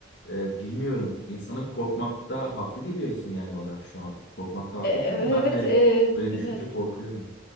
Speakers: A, on the left (about 65°); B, on the left (about 50°).
A: e, bilmiyorum. İnsanın korkmakta haklı geliyorsun yani bana şu an. Korkmakta haklısın.
B: E, Evet,
A: Ben de
B: e,
A: böyle
B: evet
A: düşünce korkuyorum.